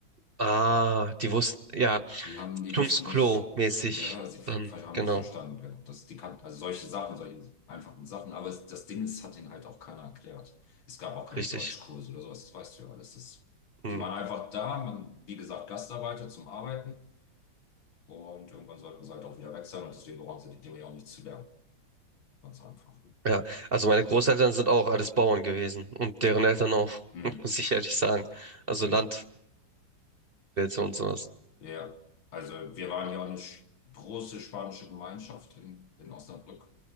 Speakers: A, on the right; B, on the left.
A: ah, die wussten, ja,
B: Die haben, die
A: Tums
B: wussten
A: Klo
B: nicht,
A: mäßig
B: ja, sie ver
A: dann,
B: ver- haben
A: genau,
B: nicht verstanden, genau. Das, die kannten, also solche Sachen, solche einfachen Sachen, aber es, das Ding ist, hat ihnen halt auch keiner erklärt. Es gab auch keinen
A: richtig.
B: Deutschkurs oder sowas, das weißt du ja alles. Das,
A: Hm.
B: die waren einfach da, man, wie gesagt, Gastarbeiter zum Arbeiten und irgendwann sollten sie halt auch wieder weg sein und deswegen brauchen sie die Dinge ja auch nicht zu lernen. Ganz einfach.
A: Ja, also meine Großeltern sind auch alles Bauern gewesen und deren Eltern auch,
B: Hm,
A: <laughs> muss ich ehrlich sagen. Also
B: ja,
A: Landwirte und sowas.
B: ja. Also wir waren ja auch eine sch- große spanische Gemeinschaft in, in Osnabrück.